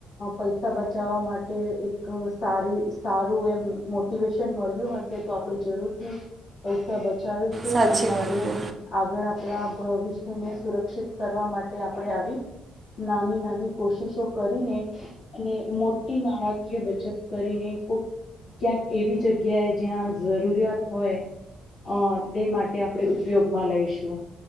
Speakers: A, on the left; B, on the right.
A: પૈસા બચાવવા માટે એક સારી સારું એમ મોટિવેશન મળ્યું હશે તો આપણે જરૂરથી પૈસા બચ. બચાવીશું
B: સાચી
A: અને
B: વાત
A: આગળ
B: છે
A: આગળ આપણા. ભવિષ્યને સુરક્ષિત કરવા માટે આપણે આવી નાની નાની કોશિશો કરીને અને મોટી નાણાકીય બચત કરીને કોઈ ક્યાંક એવી જગ્યાએ જ્યાં જરૂરિયાત હોય. અ તે માટે આપણે ઉપયોગમાં લઈશું